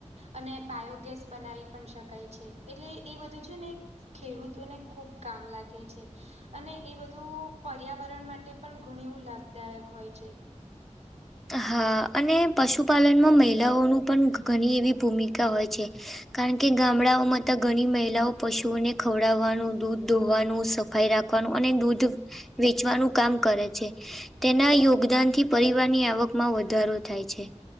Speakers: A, on the right; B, in the centre.
A: અને બાયોગેસ બનાવી પણ શકાય છે એટલે એ બધું છે ને ખેડૂતોને ખુબ કામ લાગે છે. અને એ બધું પર્યાવરણ માટે પણ ઘણ એવું લાભદાયક હોય છે.
B: હા અને પશુપાલનમાં મહિલાઓનું પણ ઘણી એવી ભૂમિકા હોય છે. કારણ કે ગામડાઓમાંતા ઘણી મહિલાઓ પશુઓને ખવડાવવાનું, દૂધ ધોવાનું, સફાઈ રાખ અને દૂધ વેચવાનું કામ કરે છે. તેના યોગદાન થી પરિવારની આવકમાં વધારો થાય છે.